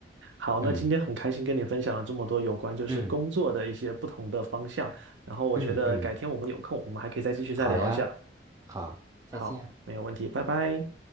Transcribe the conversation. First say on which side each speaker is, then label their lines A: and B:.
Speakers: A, on the right; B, on the right.
A: 好，那今天很开心跟你分享了这么多有关就是工作的一些不同的方向，
B: 嗯嗯
A: 然后我觉得改天我们有空，
B: 嗯嗯，
A: 我们还可以再继续再聊一下。
B: 好呀，好，再见。
A: 好，没有问题，拜拜。